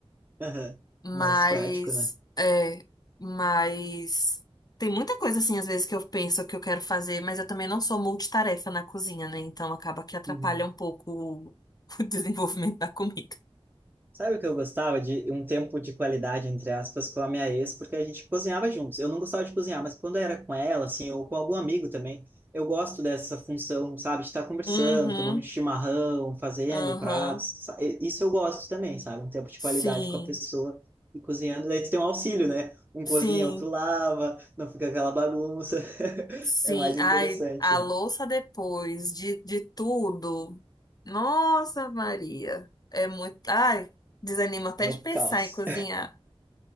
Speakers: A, on the right; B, on the left.
A: Aham.
B: Mas,
A: Mais prático, né?
B: é, mas tem muita coisa assim às vezes que eu penso que eu quero fazer, mas eu também não sou multitarefa na cozinha, né? Então acaba que atrapalha
A: Uhum.
B: um pouco o <laughs> o desenvolvimento da comida.
A: Sabe o que eu gostava de um tempo de qualidade, entre aspas, com a minha ex, porque a gente cozinhava juntos. Eu não gostava de cozinhar, mas quando era com ela, assim, ou com algum amigo também, eu gosto dessa função, sabe, de estar conversando,
B: Uhum,
A: tomando um chimarrão, fazendo
B: uhum,
A: pratos. sa- e- Isso eu gosto também, sabe? Um tempo de
B: sim.
A: qualidade com a pessoa e cozinhando. Daí tu tem um auxílio, né? Um
B: Sim,
A: cozinha, outro lava, não fica aquela bagunça. <laughs>
B: Sim,
A: É mais interessante,
B: ai, a
A: né?
B: louça depois de, de tudo. Nossa, Maria. É muito. Ai, desanima até
A: É
B: de
A: o
B: pensar
A: caos.
B: em cozinhar.